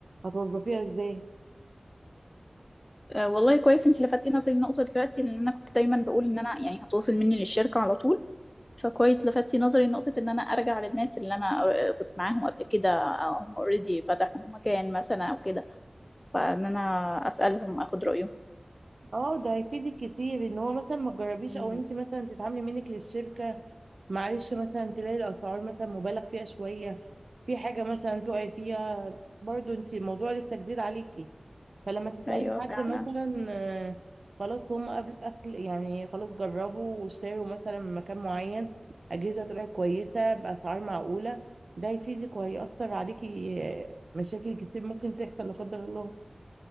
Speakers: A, on the right; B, on the left.
A: هتوظفيها ازاي
B: آه، والله كويس انت لفتتي نظري النقطة دلوقتي لان انا كنت دايما بقول ان انا يعني هتواصل مني للشركة على طول فكويس لفتتي نظري نقطة ان انا ارجع للناس اللي انا أر- كنت معاهم قبل كده أو هم اوريدي فتحوا مكان مثلا او كده فان انا اسألهم اخد رأيهم
A: اه ده هيفيدك كتير ان هو مثلا ما تجربيش
B: مم.
A: او انت مثلا تتعاملي منك للشركة معلش مثلا تلاقي الاسعار مثلا مبالغ فيها شوية في حاجة مثلا تقعي فيها برضو انت الموضوع لسه جديد عليكي فلما تسألي
B: ايوه
A: حد
B: فعلا
A: مثلا آه، خلاص هم قبل أكل يعني خلاص جربوا واشتروا مثلا من مكان معين أجهزة طلعت كويسة بأسعار معقولة ده هيفيدك وهيأثر عليكي آه، مشاكل كتير ممكن تحصل لا قدر الله